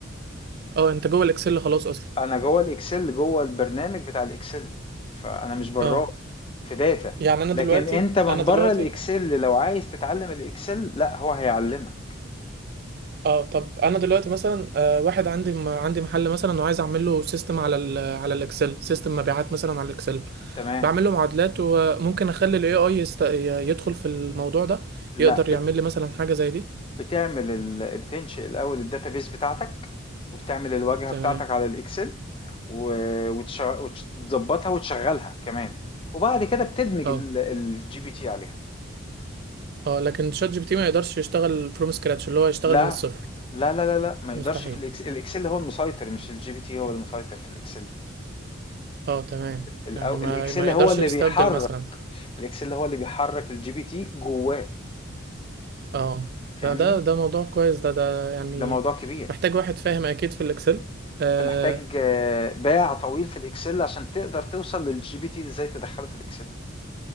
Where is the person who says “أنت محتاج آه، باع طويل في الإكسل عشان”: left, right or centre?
Left